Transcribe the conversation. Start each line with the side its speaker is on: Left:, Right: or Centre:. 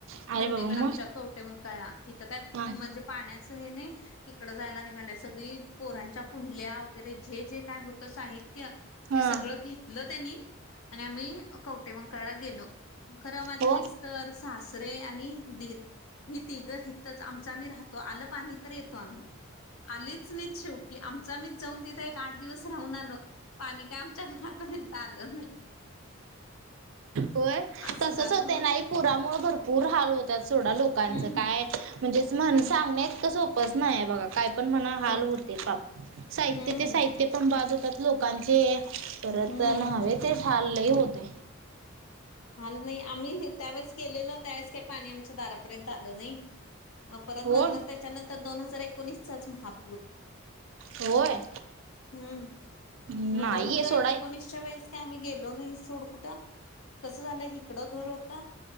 Right: अरे
Left: नंदेकड
Right: बाबा मग
Left: आमच्या कवटे मग कळला तिथं काय
Right: हा
Left: म्हणजे पाण्याचं हे नाही तिकडं जायला निघालंय सगळी पोरांच्या कुंडल्या वगैरे जे जे काय होत साहित्य त्या
Right: हा
Left: ते सगळं घेतलं त्यांनी आणि आम्ही कवटे मंकाळला गेलो खरं माझे
Right: हो
Left: मिस्टर सासरे आणि दीर ही तिघं हथच आमच आम्ही राहतो आलं पाणी तर येतो आम्ही आलीच नाही शेवटी आमचा मीच जाऊन तिथे एक आठ दिवस राहून आल पाणी काय आमच्या घरापर्यंत आलं नाही
Right: होय
Left: असं
Right: तसच
Left: झालं
Right: होत
Left: ह
Right: ना पुरामुळ भरपूर भरपूर हाल होतात सोडा लोकांचं
Left: हम्म
Right: काय म्हणजेच म्हण सांगण्या इतकं सोपंच नाही बघा काय पण म हाल
Left: हो
Right: होते साहित्य
Left: हम्म
Right: ते साहित्य ते पण बाजवतात लोकांचे परत
Left: हम्म
Right: हवे ते ले होते
Left: हल नाही आम्ही त्यावेळेस गेलेलो त्यावेळेस काही पाणी आमच्या दारापर्यंत आलो नाही म परत
Right: हो
Left: नंतर त्याच्यानंतर दोन हजार एकोणीसचाच महापूर
Right: होय
Left: हम्म
Right: नाहीये
Left: मग दोन हजार
Right: सोडा
Left: एकोणीस च्या वेळेस का आ्हीेलो नाही सोड कुठं कसं झालं इकडं घर होत